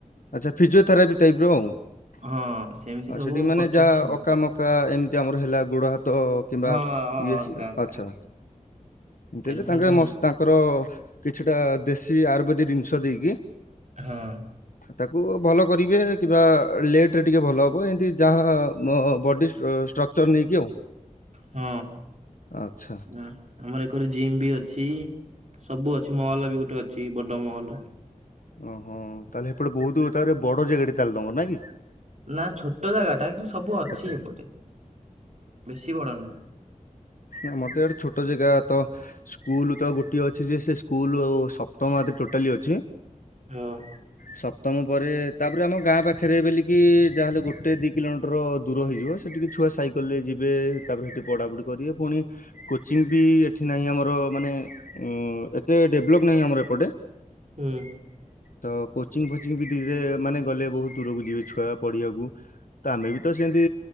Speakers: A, on the left; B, on the right.
A: ଆଚ୍ଛା ଫିଜିଓଥେରାପି ଟାଇପର। ଆଉ
B: ହଁ ସେମିତି ସବୁ
A: ସେଠି ମାନେ
B: କରୁଛନ୍ତି
A: ଯାହା
B: ଆଉ
A: ଅକା ମ କା ଏମିତି ଆମର ହେଲା ଗୋଡ ହାତ କିମ୍ବା
B: ହଁ
A: ଇଏ
B: ଅର୍କା
A: ଶିରା
B: ଅର୍କା
A: ଆଚ୍ଛା। ଏମିତି ହେଲେ
B: ଏରା
A: ତାଙ୍କେ
B: ସବୁ
A: ମ ତାଙ୍କର କିଛିଟା ଦେଶୀ ଆୟୁର୍ବେଦିକ ଜିନିଷ ଦେଇକି
B: ହଁ।
A: ତାକୁ ଭଲ କରିବେ କିମ୍ବା ଲେଟରେ ଟିକେ ଭଲ ହବ। ଏମିତି ଯାହା ମୋ ବଡି ଷ୍ଟକ୍ଚ ଚର ନେଇକି ଆଉ।
B: ହଁ
A: ଆଚ୍ଛା
B: ନାଁ। ଆମର ଏକରେ ଜିମ୍ ବି ଅଛି ସବୁ ଅଛି ମଲ ବି ଗୋଟେ ଅଛି ବଡ ମହଲ।
A: ଅହଁ ତାହେଲେ ହେପଟେ ବୋହୁତ ତାପରେ ବଡ ଜାଗା ଟେ ତାହେଲେ ତମର ନାଇଁ କି?
B: ନା ଛୋଟ ଜାଗାଟା କିନ୍ତୁ ସବୁ ଅଛି
A: ଆଚ୍ଛା
B: ଏପଟେ। ବେଶୀ ବଡନୁହେଁ।
A: ନାଁ ମତେ ଏଟେ ଛୋଟ ଜାଗା ତ ସ୍କୁଲ ତ ଗୋଟିଏ ଅ ଛି ଯେ ସେ ସ୍କୁଲ ସପ୍ତମରେ ଟୋଟାଲି ଅଛି।
B: ହଁ।
A: ସପ୍ତମ ପରେ ତାପରେ ଆମ ଗାଁ ପାଖରେ ବେଲିକି ଯାହାହେଲେ ଗୋଟେ ଦି କିଲୋମିଟର ଦୂର ହେଇଯିବ। ସେଠିକି ଛୁଆ ସାଇକେଲରେ ଯିବେ। ତାପରେ ସେଠି ପଡାପଡି କରିବେ ପୁଣି କୋଚିଂ ବି ଏଠି ନାହିଁ ଆମର ମାନେ ଉଁ ଏତେ ଡେଭଲପ୍ ନାହିଁ ଆମର ଏପଟେ।
B: ହୁଁ।
A: ତ କୋଚିଂ ଫୋଚିଂ ବି ଧିରେ ମାନେ ଗଲେ ବହୁତ୍ ଦୂରକୁ ଯିବେ ଛୁଆ ପଢିବାକୁ। ତ ଆମେ ବି ତ ସେମିତି